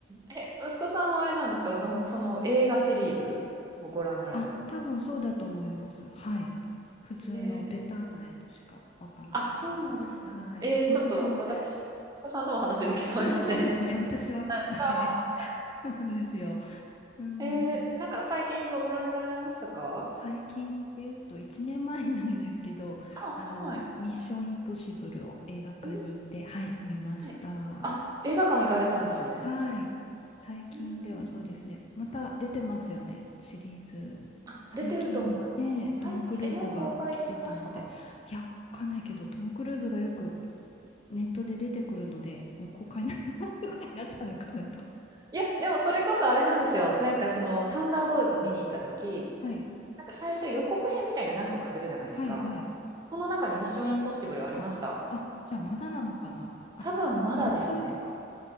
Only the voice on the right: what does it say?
え息子さんはあれなんですかの、その映画シリーズをご覧になられてるんですか
えー、あ、そうなんですね。
えー、
ちょっと私、息子さんとも話できそうですね。
じゃあ
はいスター・ウォーズ
えー、なんか最近映画ご覧になられましたか
あ、はいはい。
うん、
はい。あ、映画館行かれたんですね。
うん。
あ、
出てると思います。
最近、
え、もう公開しましたかね。
いや、でもそれこそあれなんですよ。なんかその、サンダーボルト見に行った時、
なんか最初予告編みたいな何個かするじゃないですか。
その中にミッションインポッシブルありました。
多分まだですね。